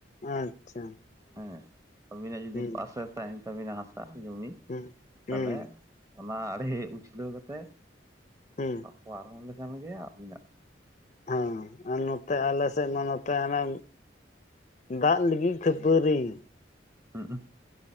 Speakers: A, on the left; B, on the right.
A: ᱟᱪᱪᱷᱟ
B: ᱦᱮᱸ ᱟᱵᱤᱱᱟᱜ ᱡᱩᱫᱤ
A: ᱦᱩᱸ
B: ᱯᱟᱥᱮ ᱛᱟᱦᱮᱱ ᱛᱟᱵᱤᱱᱟ ᱦᱟᱥᱟ ᱡᱩᱚᱢᱤ,
A: ᱦᱩᱸ ᱦᱩᱸ
B: ᱛᱟᱦᱞᱮ ᱚᱱᱟ ᱟᱲᱮ ᱩᱪᱷᱞᱟᱹᱣ ᱠᱟᱛᱮᱫ
A: ᱦᱩᱸ
B: ᱯᱟᱨᱦᱚᱢ ᱞᱮᱠᱷᱟᱱ ᱜᱮ ᱟᱹᱵᱤᱱᱟᱜ ᱾
A: ᱦᱮᱸ ᱟᱨ ᱱᱚᱛᱮ ᱟᱞᱮᱥᱮᱫ ᱢᱟ ᱱᱚᱛᱮ ᱦᱟᱱᱮ ᱫᱟᱜ ᱞᱟᱹᱜᱤᱫ ᱠᱷᱟᱹᱯᱟᱹᱨᱤ᱾
B: ᱦᱩ